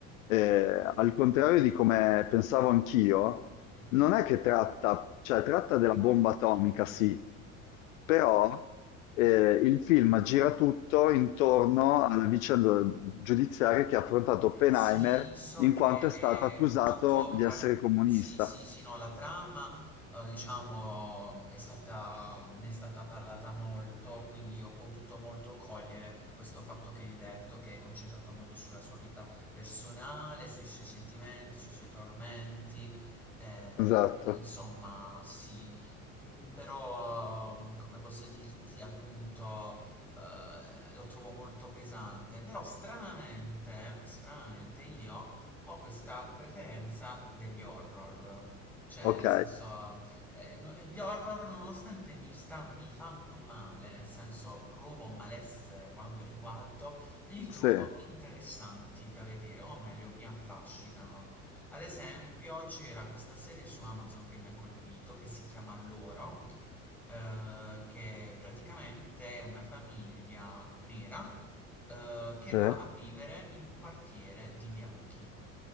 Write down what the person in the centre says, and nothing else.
Mh-mh.
Sì, so
che
è
un tutto,
guarda,
sì, sì, sì, no, la trama, eh, diciamo, è stata, ne è stata parlata molto, quindi ho potuto molto cogliere questo fatto che hai detto, che è concentrato molto sulla sua vita personale, sui suoi sentimenti, sui suoi tormenti, eh,
insomma, sì, Mm, però, ehm, come posso dirti, appunto eh, lo trovo molto pesante, però stranamente, stranamente io ho questa preferenza degli horror. Cioè,
nel senso, eh, no- gli horror nonostante mi, sta- mi fanno male, nel senso provo malessere quando li guardo, li trovo
interessanti da vedere, o meglio, mi affascinano. Ad esempio, c'era questa serie su Amazon che mi ha colpito, che si chiama Loro, eh, che praticamente è una famiglia nera eh, che
va a vivere in un quartiere di bianchi